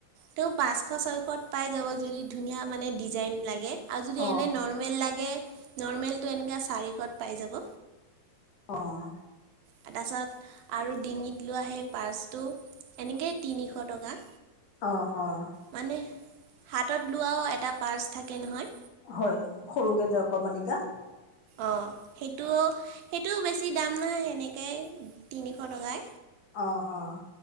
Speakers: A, on the right; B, on the left.
A: ত' পাঁচশ-ছয়শত পাই যাব যদি ধুনীয়া মানে ডিজাইন লাগে আৰু যদি
B: অ
A: এনে নৰ মেল লাগে, নৰ্মেলটো এনেকা চাৰিশত পাই যাব।
B: অ'।
A: তাৰছত আৰু ডিঙিত লোৱা সেই পাৰ্চটো, এনেকেই তিনিশ টকা।
B: অঁ অঁ।
A: মানে, হাতত লোৱাও এটা পাৰ্চ থাকে নহয়?
B: হয়, সৰুকে যে অকনমানিকা।
A: অঁ সেইটো, সেইটোও বেছি দাম নহয় সেনেকাই তিনিশ টকাই।
B: অ' অ্।